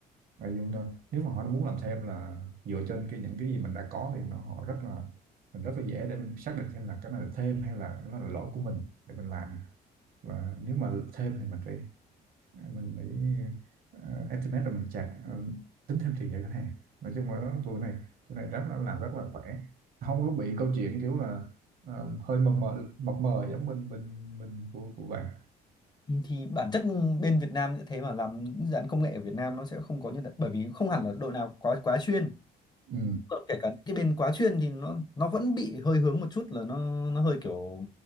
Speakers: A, on the right (about 60°); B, on the left (about 25°).
A: Đại Dung đó. Nếu mà họ muốn làm thêm là dựa trên cái những cái gì mình đã có thì nó họ rất là mình rất là dễ để mình xác định xem là cái này là thêm hay là nó là lỗi của mình để mình làm là nếu mà thêm thì mình phải mình phải ờ, estimate rồi mình chặt ờ, tính thêm tiền cho khách hàng nói chung là nó- tụi này tụi này rất là làm rất là khỏe không có bị câu chuyện kiểu là ờ, hơi mờ mờ mập mờ giống bên bên bên của của bạn
B: Ừ, thì bản chất bên Việt Nam sẽ thế mà làm những dự án công nghệ ở Việt Nam nó sẽ không có như thế bởi vì không hẳn là đội nào quá quá chuyên
A: ừ.
B: Còn kể cả những cái bên quá chuyên thì nó nó vẫn bị hơi hướng một chút là nó nó hơi kiểu